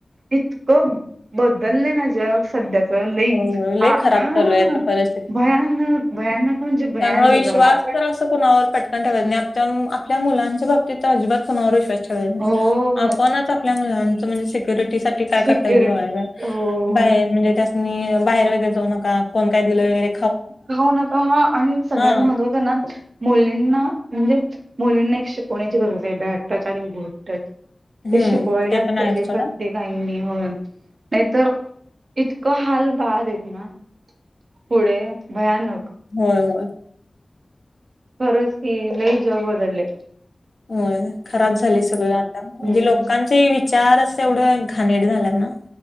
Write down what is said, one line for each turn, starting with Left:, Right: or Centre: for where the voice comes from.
Right: इतकं बदललेय ना जग सध्या लईच
Left: होय होय लय
Right: आ
Left: खराब
Right: हाआ
Left: चालू आहे आता परिस्थिती.
Right: भयानक भयानक म्हणजे भयानक
Left: त्यामुळे विश्वास तर असं कुणावर पटकान ठेवायचं नाही आप आपल्या मुलांच्या बाबतीत अजिबात कुणावर विश्वास <unintelligible>
Right: हो
Left: आपणच आपल्या मुलांच म्हणजे सिक्युरिटी साठी काय
Right: सिक्युरिटी
Left: करता येईल ते बघायला पाहिजे.
Right: हो
Left: बाहेर म्हणजे त्यासनी अ बाहेर वगैरे जाऊ नका कोण काय दिलं वगैरे
Right: खाऊ नका हा आणि सगळ्यात
Left: हा
Right: महत्वाचा ना मुलींना म्हणजे मुलींना एक शिकवण्याची गरज आहे बॅड टच आणि गुड टच
Left: हम्म
Right: हे शिकवायलाच
Left: ते पण आहेच
Right: पाहिजे
Left: सोडा
Right: प्रत्येक नाही मी होय नाहीतर इतकं हाल बाद येत ना पुढे भयानक
Left: होय होय.
Right: खरच की लय जग बदलय.
Left: होय. खराब झाली सगळं आता म्हणजे
Right: हम्म.
Left: लोकांचाही विचार अस एवढं घाणेरड झाल्यात ना